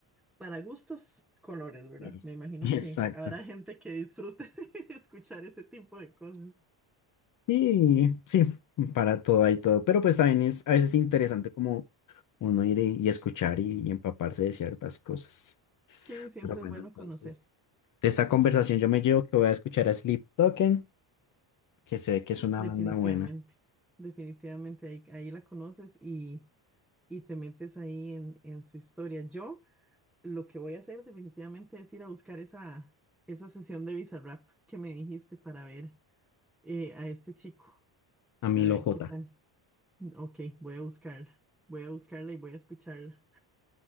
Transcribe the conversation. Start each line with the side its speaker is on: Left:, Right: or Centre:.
Centre: Para gustos, colores, ¿verdad?
Left: Flores.
Centre: Me imagino
Left: <laughs>
Centre: que
Left: Exacto.
Centre: habrá gente que disfrute <laughs> de escuchar ese tipo de cosas.
Left: Sí, sí, para todo hay todo. Pero pues también es a veces interesante como uno ir y y escuchar y, y empaparse de ciertas cosas.
Centre: Sí, siempre
Left: Pero Bueno,
Centre: es bueno
Left: bueno,
Centre: conocer,
Left: entonces, de esta conversación yo me llevo que voy a escuchar a Sleep Token, que sé que es una
Centre: definitivamente.
Left: banda buena,
Centre: Definitivamente ahí, ahí la conoces y, y te metes ahí en, en su historia. Yo lo que voy a hacer definitivamente es ir a buscar esa, esa sesión de Bizarrap que me dijiste para ver eh, a este chico,
Left: a Milo
Centre: a ver
Left: J.
Centre: qué tal. Ok, voy a buscarla, voy a buscarla y voy a escucharla.